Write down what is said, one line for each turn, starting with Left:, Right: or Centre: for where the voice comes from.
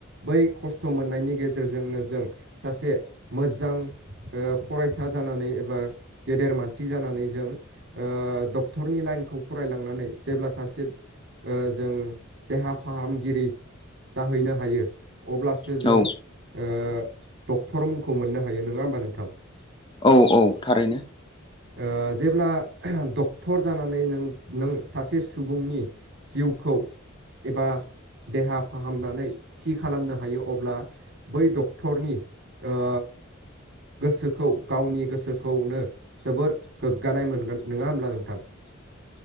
Right: बै खस्थ' मोननायनि गेजेरजोंनो जों सासे मोजां ओ फरायसा जानानै एबा गेदेर मानसि जानानै जों ओ डकथर डक्टरनि लाइनखौ फरायलांनानै जेब्ला सासे ओ जों देहा फाहामगिरि जाहैनो हायो अब्लासो
Left: औ
Right: जों ओ डक्टर मुंखौ मोननो हायो नङा होमबा नोंथां
Left: औ औ थारैनो
Right: ओ जेब्ला डक्टर डक्टर जानानै नों नों सासे सुबुंनि जिउखौ एबा देहा फाहामनानै थि खालामनो हायो अब्ला बै डक्टरनि ओ गोसोखौ गावनि गोसोखौनो जोबोर गोग्गानाय मोनगोन नङा होमब्ला नों <inaudible>